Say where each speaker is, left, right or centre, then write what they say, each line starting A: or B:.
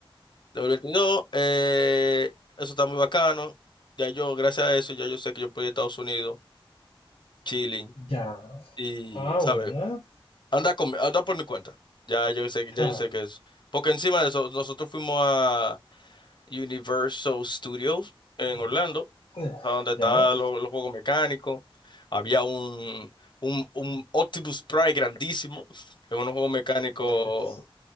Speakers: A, on the left (about 55°); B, on the left (about 75°).
A: 2022, eh, eso está muy bacano. Ya yo, gracias a eso, ya yo sé que yo puedo ir a Estados Unidos, chilling,
B: Ya.
A: y,
B: Ah,
A: ¿sabes?
B: bueno.
A: Anda, con, anda por mi cuenta. Ya yo sé,
B: Claro.
A: ya yo sé que es. Porque encima de eso, nosotros fuimos a Universal Studios en Orlando,
B: Ya.
A: a donde estaban
B: Ya.
A: lo- los juegos mecánicos. Había un, un, un Optimus Prime grandísimo, en unos juegos mecánicos,
B: Ex-